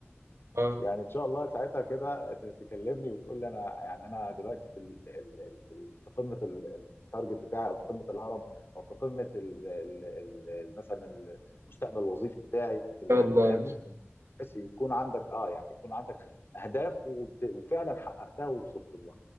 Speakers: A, on the right; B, on the left.
A: اه
B: يعني ان شاء الله ساعتها كده ت- تكلمني وتقول لي انا يعني انا دلوقتي في ال ال ال في, ال في قمه ال- التارجت بتاعي او في قمه الهرم او في قمه ال ال ال مثلا المستقبل الوظيفي بتاعي اللي
A: ان شاء
B: يعني
A: الله
B: فاهمني بس يكون عندك اه يعني يكون عندك اهداف وبت- وفعلا حققتها ووصلت لها